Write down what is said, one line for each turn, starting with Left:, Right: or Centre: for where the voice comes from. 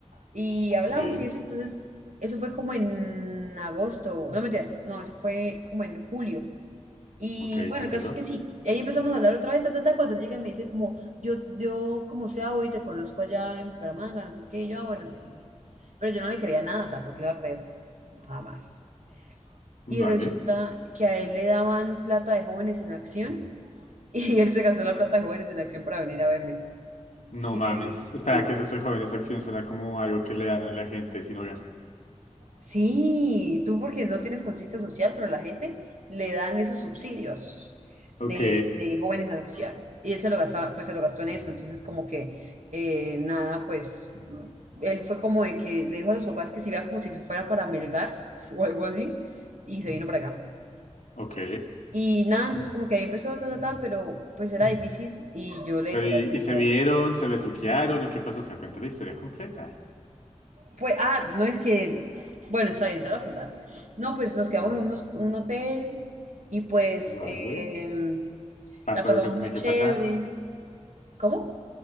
Right: y hablamos
Left: Sí,
Right: y eso. Entonces, eso fue como en agosto, no mentiras, no, eso fue como en julio. Y
Left: ok,
Right: bueno,
Left: comprendo.
Right: el caso es que sí, ahí empezamos a hablar otra vez, ta, ta, ta, cuando él llega y me dice como, yo, yo como sea hoy te conozco allá en Bucaramanga, no sé qué, y yo, ah, bueno, sí, sí, sí. Pero yo no le creía nada, o sea, ¿por qué le va a creer? Nada más y
Left: Vale.
Right: resulta que a él le daban plata de jóvenes en acción <laughs> y él se gastó la plata de jóvenes en acción para venir a verme.
Left: No
Right: Y
Left: mames.
Right: le di,
Left: Espera,
Right: sí,
Left: que es eso de joven? Esa acción suena como algo que le dan a la gente sin hogar.
Right: sí, tú porque no tienes conciencia social, pero la gente le dan esos subsidios de,
Left: Ok,
Right: de jóvenes en acción. Y él se lo gastaba, pues se lo gastó en eso. Entonces, como que eh, nada, pues él fue como de que le dijo a los papás que se iba como si fuera para Melgar <laughs> o algo así, y se vino para acá.
Left: ok.
Right: Y nada, entonces como que ahí empezó, ta, ta, ta, pero pues era difícil y yo le
Left: Pero,
Right: decía
Left: ¿y,
Right: como,
Left: y se vieron, se besuquearon o qué pasó? O sea, cuenta la historia completa.
Right: pues, ah, no es que, bueno, está bien, te lo voy a contar. No, pues nos quedamos
Left: A ver,
Right: en unos- un hotel y pues
Left: vale.
Right: eh,
Left: Pasó
Right: la pasamos
Left: lo que tenía
Right: muy
Left: que
Right: chévere.
Left: pasar.
Right: ¿Cómo?